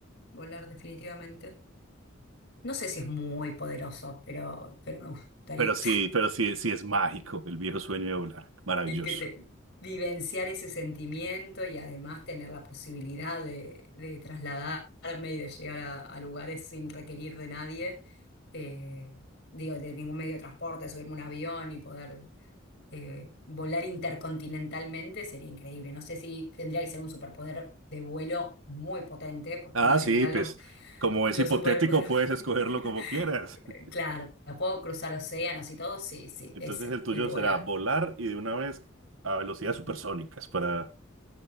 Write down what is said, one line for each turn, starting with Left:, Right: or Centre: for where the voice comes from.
Left: volar definitivamente. No sé si es muy poderoso, pero, pero me gustaría.
Right: Pero sí, pero sí, sí es mágico el viejo sueño de volar. Maravilloso.
Left: y que te- vivenciar ese sentimiento y además tener la posibilidad de, de trasladarme y de llegar a, a lugares sin requerir de nadie, eh, digo, de ningún medio de transporte, subirme a un avión y poder eh, volar intercontinentalmente sería increíble. No sé si tendría que ser un superpoder de vuelo muy potente, porque
Right: Ah,
Left: en general
Right: sí, pues
Left: los,
Right: como
Left: los
Right: es hipotético,
Left: superpoderes...
Right: puedes
Left: <laughs>
Right: escogerlo como quieras. <laughs>
Left: Claro, ¿puedo cruzar océanos y todo? Sí, sí,
Right: Entonces
Left: ese,
Right: el tuyo
Left: el de volar.
Right: será volar y de una vez a velocidades supersónicas para